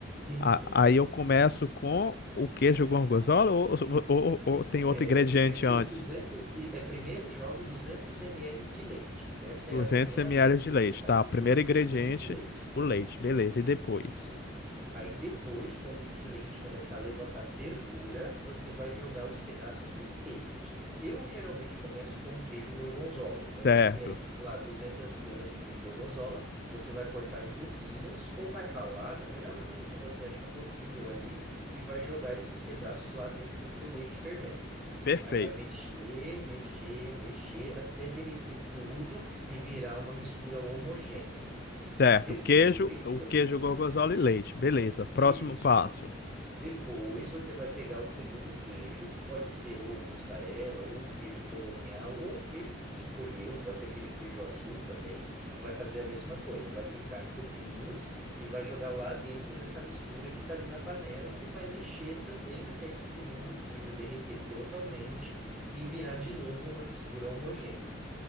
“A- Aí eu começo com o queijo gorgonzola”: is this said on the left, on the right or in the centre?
Left